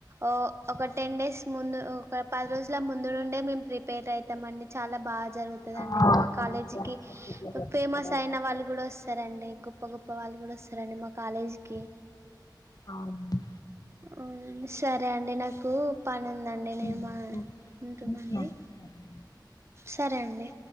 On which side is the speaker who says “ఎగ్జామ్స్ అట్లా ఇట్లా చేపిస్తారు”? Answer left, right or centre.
Left